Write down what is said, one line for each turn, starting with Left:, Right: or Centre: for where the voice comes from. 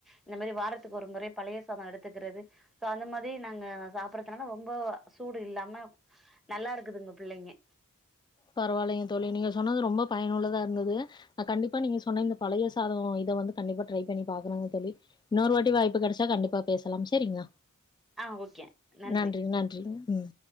Centre: இந்த மாரி வாரத்துக்கு ஒரு முறை பழைய சாதோ எடுத்துக்கிறது சோ அந்த மாதி நாங்க சாப்பிடுறதுனால ரொம்போ சூடு இல்லாம நல்லா இருக்குதுங்க பிள்ளைங்க
Left: பரவால்லைங்க தோழி நீங்க சொன்னது ரொம்ப பயனுள்ளதா இருந்தது ஆ கண்டிப்பா நீங்க சொன்ன இந்த பழய சாதோ இத வந்து கண்டிப்பா ட்ரை பண்ணி பாக்குறங்க தோழி இன்னொரு வாட்டி வாய்ப்பு கடைச்சா கண்டிப்பா பேசலாம் சேரிங்களா
Centre: ஆ ஓகே நன்றி
Left: நன்றிங்க நன்றிங்க ம்